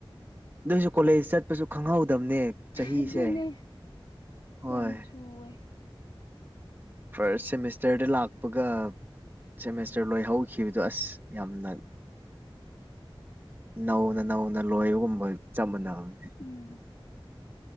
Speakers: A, on the right; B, on the left.
A: ꯑꯗꯨꯏꯁꯨ ꯀꯣꯂꯦꯖ ꯆꯠꯄꯁꯨ ꯈꯪꯍꯧꯗꯕꯅꯦ ꯆꯍꯤꯁꯦ
B: ꯑꯗꯨꯅꯦ
A: ꯍꯣꯏ
B: ꯌꯥꯝ ꯊꯨꯋꯦ
A: ꯐ꯭ꯔꯁ ꯁꯦꯃꯤꯁꯇꯔꯗ ꯂꯥꯛꯄꯒ ꯁꯦꯃꯦꯁꯇꯔ ꯂꯣꯏ ꯍꯧꯈꯤꯕꯗꯨ ꯑꯁ ꯌꯥꯝꯅ ꯅꯧꯅ ꯅꯧꯅ ꯂꯣꯏꯕꯒꯨꯝꯕ ꯆꯞ ꯃꯥꯟꯅꯕꯅꯦ
B: ꯎꯝ